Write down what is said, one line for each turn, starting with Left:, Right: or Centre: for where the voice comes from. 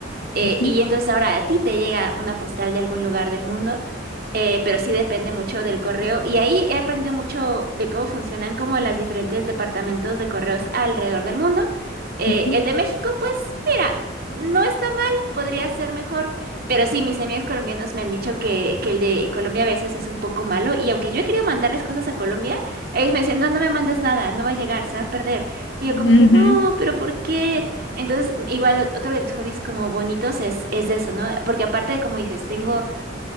Right: eh,
Left: Ujú,
Right: y entonces ahora a ti te llega una postal de algún lugar del mundo, eh, pero sí depende mucho del correo. Y ahí he aprendido mucho de cómo funcionan como los diferentes departamentos de correos alrededor del mundo. Eh,
Left: ujú,
Right: el de México, pues mira, no está mal, podría ser mejor. Pero sí, mis amigos colombianos me han dicho que, que el de Colombia a veces es un poco malo y aunque yo he querido mandarles cosas a Colombia, ellos me decían, no, no me mandas nada, no va a llegar, se va a perder. Y yo como
Left: ujú,
Right: que, no,
Left: ujú.
Right: pero ¿por qué? Entonces, igual otro de mis hobbies como bonitos es, es eso, ¿no? Porque aparte, como dices, tengo